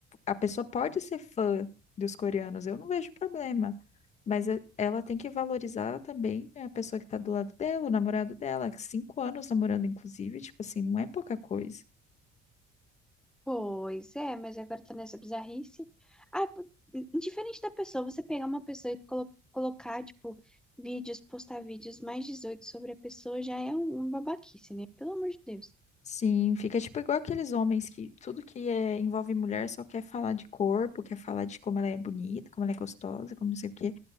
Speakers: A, on the left; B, in the centre.
A: a pessoa pode ser fã dos coreanos, eu não vejo problema. Mas é- ela tem que valorizar também a pessoa que tá do lado dela, o namorado dela, que cinco anos namorando, inclusive, tipo assim, não é pouca coisa.
B: Pois é, mas agora tá nessa bizarrice. Ah, p- indiferente da pessoa, você pegar uma pessoa e colo- colocar, tipo, vídeos, postar vídeos mais 18 sobre a pessoa já é um, um babaquice, né? Pelo amor de Deus.
A: Sim, fica tipo igual aqueles homens que tudo que é, envolve mulher só quer falar de corpo, quer falar de como ela é bonita, como ela é gostosa, como não sei o quê.